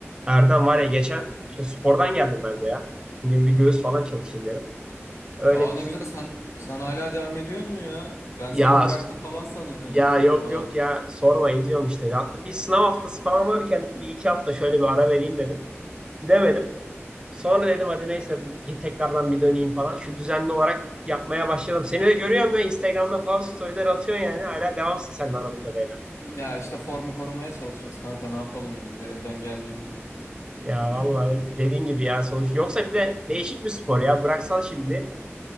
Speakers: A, on the right (about 20°); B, on the left (about 85°).
A: Erdem var ya geçen işte spordan geldim ben de ya. Bugün bir göğüs falan çalışayım dedim. Öyle
B: Aa
A: bir
B: ne güzel sen sen hala devam ediyor mu ya? Ben
A: ya
B: seni <laughs> bıraktı falan sanıyordum
A: ya yok
B: ha.
A: yok ya sorma ediyorum işte. Hatta bir sınav haftası falan varken bir iki hafta şöyle bir ara vereyim dedim. Gidemedim. Sonra dedim hadi neyse bir, tekrardan bir döneyim falan. Şu düzenli olarak yapmaya başladım. Seni de görüyorum ya Instagram'da falan storyler atıyorsun yani. Hala devamsın sen de anladığım kadarıyla.
B: Ya işte formu korumaya çalışıyoruz kanka ne yapalım biz de elden geldiğince. <clears throat>
A: Ya vallahi dediğin gibi ya sonuç. Yoksa bir de değişik bir spor ya. Bıraksan şimdi